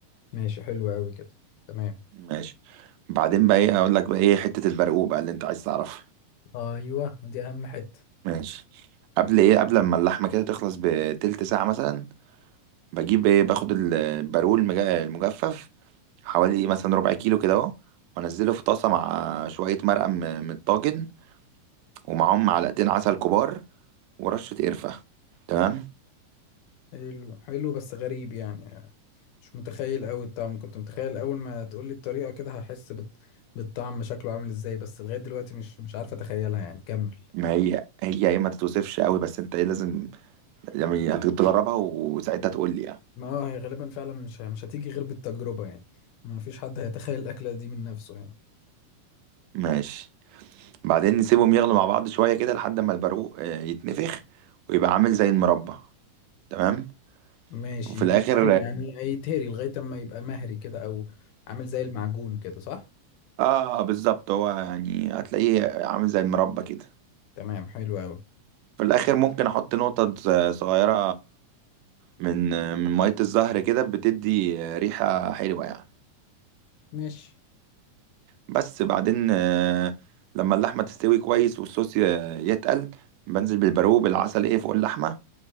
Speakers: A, on the left; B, on the right.
A: ماشي حلو قوي كده تمام
B: ماشي بعدين بقى ايه اقول لك بقى ايه حتة البرقوق بقى اللي انت عايز تعرفها
A: ايوه دي اهم حتة
B: ماشي قبل ايه قبل ما اللحمه كده تخلص بتلت ساعه مثلا بجيب ايه باخد البارول المج- المجفف حوالي مثلا ربع كيلو كده اهو وانزله في طاسه مع شويه مرقه م- من الطاجن ومعاهم معلقتين عسل كبار ورشه قرفه تمام
A: حلو حلو بس غريب يعني مش متخيل قوي الطعم كنت متخيل اول ما تقول لي الطريقة كده هحس بت... بالطعم شكله عامل ازاي بس لغاية دلوقتي مش مش عارف اتخيلها يعني كمل
B: ما هي هي ايه ما تتوصفش قوي بس انت ايه لازم يعني هتجربها وساعتها تقول لي يعني
A: ما اه هي غالبا فعلا مش ه- مش هتيجي غير بالتجربة يعني ما فيش حد هيتخيل الأكلة دي من نفسه يعني
B: ماشي بعدين نسيبهم يغلوا مع بعض شويه كده لحد ما البارو آه، يتنفخ ويبقى عامل زي المربى تمام
A: ماشي
B: وفي الاخر
A: يتهري يعني هيتهري لغاية اما يبقى مهري كده او عامل زي المعجون كده صح
B: اه بالظبط هو يعني هتلاقيه عامل زي المربى كده
A: تمام حلو قوي
B: في الاخر ممكن احط نقطة ص- صغيرة من من مية الزهر كده بتدي ريحة حلوة يعني
A: ماشي
B: بس بعدين آه، لما اللحمة تستوي كويس والصوص ي- يتقل بنزل بالبرو بالعسل ايه فوق اللحمة